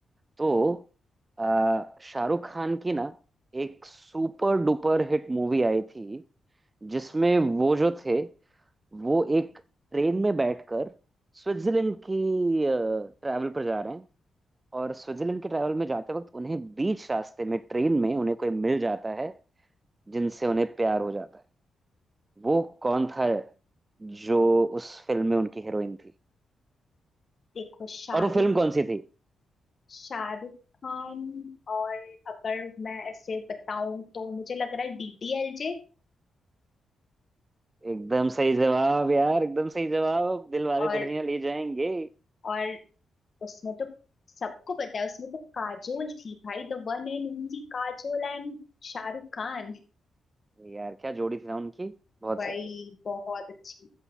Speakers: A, on the right; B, on the left.
A: तो अ, शाहरुख खान की ना एक सुपर डुपर हिट मूवी आई थी जिसमें वो जो थे वो एक ट्रेन में बैठकर स्विट्जरलैंड की ट्रैवल पर जा रहे हैं और स्विट्जरलैंड के ट्रैवल में जाते वक्त उन्हें बीच रास्ते में ट्रेन में उन्हें कोई मिल जाता है जिनसे उन्हें प्यार हो जाता है वो कौन था जो उस फिल्म में उनकी हीरोइन थी
B: देखो शाहरुख
A: और वो फिल्म कौन सी थी
B: शाहरुख खान और अगर मैं ऐसे बताऊं तो मुझे लग रहा है डीडीएलजे
A: एकदम सही जवाब यार एकदम सही जवाब दिलवाले
B: और
A: दुल्हनिया ले जाएंगे
B: और उसमें तो सबको पता है उसमें तो काजोल थी भाई the one and only Kajol and Shahrukh Khan
A: यार क्या जोड़ी थी ना उनकी बहुत
B: भाई
A: सही
B: बहुत अच्छी